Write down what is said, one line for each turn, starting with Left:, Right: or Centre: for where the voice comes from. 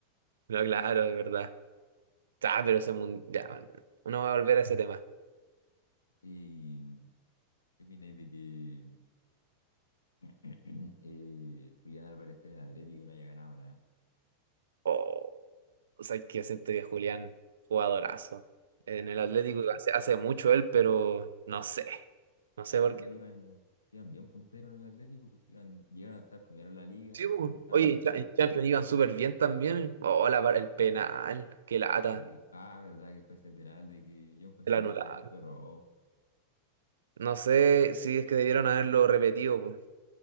Right: No, claro, es verdad. Ah, pero ese mundial. No voy a volver a ese tema.
Left: ¿Y qué opináis de que <clears throat> eh, Julián Álvarez esté en el Atlético y no haya ganado nada?
Right: Oh, o sea, que siento que Julián, jugadorazo. En el Atlético
Left: Igual.
Right: hace, hace mucho él, pero no sé. No sé por
Left: No, igual
Right: qué.
Left: iban, iban bien punteros en el Atlético, pues iban, llegaron a estar primero en la liga,
Right: Sí, po.
Left: en- estaban
Right: Oye,
Left: en
Right: en
Left: Champions.
Right: Cha- en Champions iban súper bien también. Oh, la var- el penal. Qué lata.
Left: Sí. Ah, verdad que fue ese penal de que yo encontré
Right: El anular.
Left: que ese penal fue robo.
Right: No sé si es que debieron haberlo repetido. po.